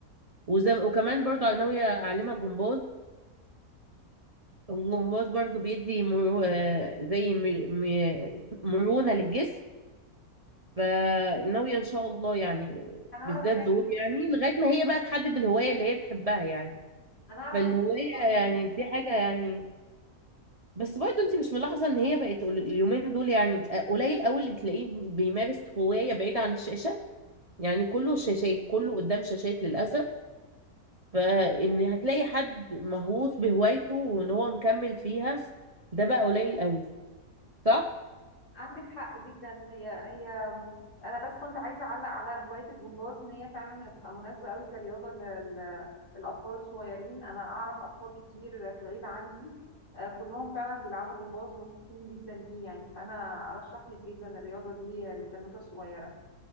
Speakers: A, on the right; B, on the left.
A: وزي وكمان برضو انا ناويه اعلمها جمباز الجمباز برضو بيدي مرو... آه، زي م... م... مرونه للجسم فناويه ان شاء الله يعني
B: انا اعرف
A: بالذات
B: فعلا
A: دول يعني لغايه ما هي بقى تحدد الهوايه اللي هي بتحبها يعني
B: انا اعرف
A: فالهوايه
B: ان
A: يعني دي حاجه
B: مصر
A: يعني بس برضه انت مش ملاحظه ان هي بقت قل- اليومين دول يعني آه، قليل قوي اللي بتلاقيه بيمارس هوايه بعيد عن الشاشه يعني كله شاشات كله قدام شاشات للأسف فإن هتلاقي حد مهووس بهوايته وإن هو مكمل فيها ده بقى قليل قوي صح؟
B: عندك حق جدا هي هي انا بس كنت عايزه اعلق على هوايه الجمباز ان هي فعلا هتبقى مناسبه قوي كرياضه لل- للاطفال الصغيرين انا اعرف اطفال كتير في العيله عندي آه، كلهم فعلا بيلعبوا جمباز ومبسوطين جدا بيه يعني فانا ارشح لك جدا الرياضه دي للبنوته الصغيره